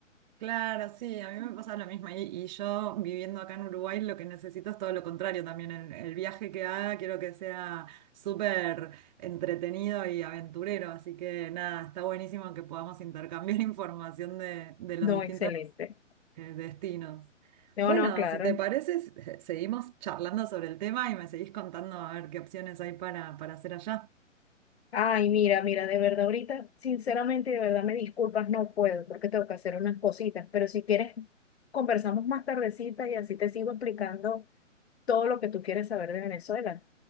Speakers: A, on the right (about 35°); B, on the left (about 55°).
A: Claro, sí, a mí me pasa lo mismo. Y, y yo viviendo acá en Uruguay lo que necesito es todo lo contrario también. El, el viaje que haga quiero que sea súper entretenido y aventurero. Así que nada, está buenísimo que podamos intercambiar <laughs> información de, de los
B: No,
A: distintos
B: excelente.
A: eh, destinos.
B: No,
A: Bueno,
B: no, claro.
A: si te parece, se- seguimos charlando sobre el tema y me seguís contando a ver qué opciones hay para, para hacer allá.
B: Ay, mira, mira, de verdad, ahorita, sinceramente, de verdad, me disculpas, no puedo porque tengo que hacer unas cositas, pero si quieres, conversamos más tardecita y así te sigo explicando todo lo que tú quieres saber de Venezuela.